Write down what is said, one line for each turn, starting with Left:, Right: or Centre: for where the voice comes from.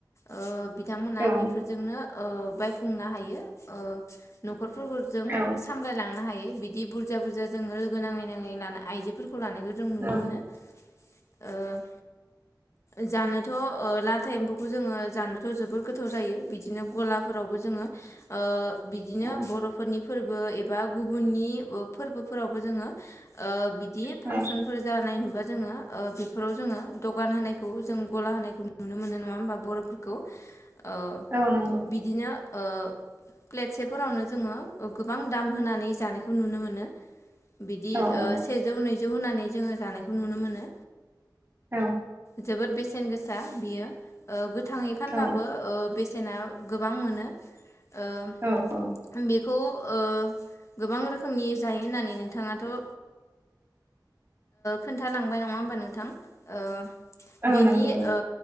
Left: ओ बिथांमोनहा
Right: औ
Left: बेफोरजोंनो ओ बायफुंनो हायो ओ न'खरफोरखौ जों
Right: औ
Left: सामलायलांनो हायो बिदि बुरजा बुरजा जोंङो लोगो नाङै नाङै लानाय खौ जों नुनो
Right: औ
Left: मोनो। ओ जानोथ ओ लाथा एम्फौखौ जोंङो जानोथ जोबोर गोथाव जायो बिदिनो गलाफोरावबो जोंङो ओ बिदिनो
Right: औ
Left: बरफोरनि फोरबो एबा गुबुननि ओ फोरबोफोरावबो जोंङो ओ‌ बिदि
Right: औ
Left: फांसनफोर जानाय नुबा जोङो ओ बेफोराव जोंङो दखान होनायखौ जों गला होनायखौ नुनो मोनो नङा होमबा? बरफोरखौ ओ
Right: औ, नंगौ।
Left: बिदिनो ओ प्लेटसेफोरावनो जोंङो ओ गोबां दाम होनानै जानायखौ नुनो मोनो। बिदि
Right: औ औ
Left: ओ सेजौ नैजौ होनानै जोंङो जानायखौ नुनो मोनो।
Right: औ
Left: जोबोद बेसेन गोसा बियो ओ गोथाङै फानबाबो
Right: औ
Left: ओ बेसेना गोबां मोनो। ओ
Right: औ औ
Left: बे खौ ओ गोबां रोखोमनि जायो होननानै नोंथाङाथ ओ खोन्थालांबाय नङा होमबा नोंथां? ओ
Right: औ
Left: बेनि
Right: नंगौ
Left: ओ